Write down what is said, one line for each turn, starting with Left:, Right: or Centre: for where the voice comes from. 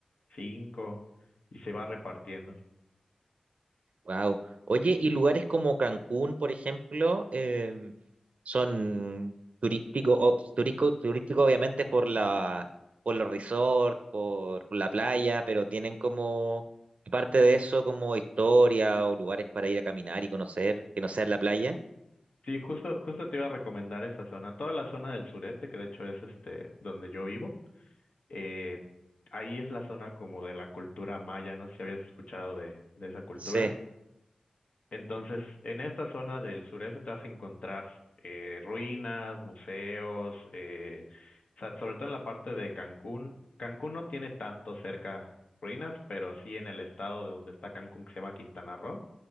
Left: 5, y se va repartiendo.
Right: Wow. Oye, ¿y lugares como Cancún, por ejemplo, em, son turísticos, o, turístico, turístico obviamente por la, por los resorts, por, por la playa, pero tienen como, aparte de eso, como historia o lugares para ir a caminar y conocer, que no sea la playa?
Left: Sí, justo, justo te iba a recomendar esa zona. Toda la zona del sureste, que de hecho es este donde yo vivo, eh, ahí es la zona como de la cultura maya. No sé si habías escuchado de, de esa cultura.
Right: Sí.
Left: Entonces, en esta zona del sureste te vas a encontrar eh, ruinas, museos, eh, o sea, sobre todo en la parte de Cancún. Cancún no tiene tanto cerca ruinas, pero sí en el estado de donde está Cancún, que se llama Quintana Roo,